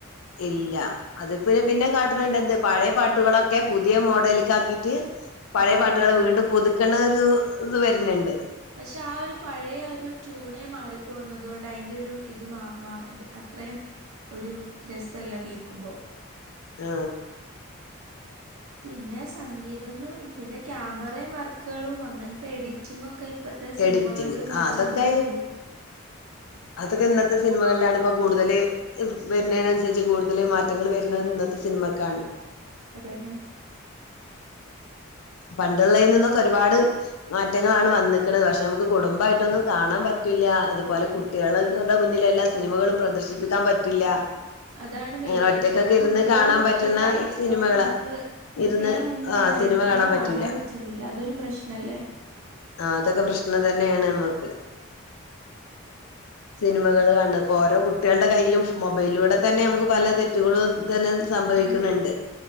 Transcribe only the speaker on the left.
ഇല്ല അത് പിന്നെ പിന്നെ കാട്ട്ണ് ഇണ്ട്. എന്ത് പഴേ പാട്ടുകളൊക്കെ പുതിയ മോഡല്ക്കാക്കീട്ട്. പഴയ
പാട്ടുകളെ
വീണ്ടും പുതുക്ക്ണ ഒരു ഇത് വര്ന്ണ്ട്.
ആ
എഡിറ്റിങ്
ആ അതൊക്കെ
ഈ അതൊക്കെ ഇന്നത്തെ സിനിമകളിലാണ് ഇപ്പോ കൂടുതല്. വരുന്നേനൻസരിച്ച് കൂടുതല് മാറ്റങ്ങൾ വരുന്നത് ഇന്നത്തെ സിനിമക്കാണ്.
പണ്ടുള്ളേയ്ൽ നിന്നൊക്കെ ഒരുപാട് മാറ്റങ്ങളാണ് വന്ന്ക്ക്ണത്. പക്ഷെ നമുക്ക് കുടുംബമായിട്ടൊന്നും കാണാൻ പറ്റില്ല. അതുപോലെ കുട്ടികളുടെ മുന്നിൽ എല്ലാ സിനിമകളും പ്രദർശിപ്പിക്കാൻ പറ്റില്ല.
അങ്ങനെ ഒറ്റക്കൊക്കെ
ഇരുന്ന്
കാണാൻ
പറ്റുന്ന
സിനിമകളാ
ഇരുന്ന്
ആഹ്
സിനിമ പറ്റൂല.
ആഹ് അതൊക്കെ പ്രശ്നം തന്നേണ് നമ്മക്ക്. സിനിമകൾ കാണ് ണത്. ഇപ്പോ ഓരോ കുട്ടികളുടെ കയ്യിലും മൊബൈലിലൂടെ തന്നെ നമുക്ക് പല തെറ്റുകളും ഇതന്നെ സംഭവിക്ക്ണ്
ഇണ്ട്.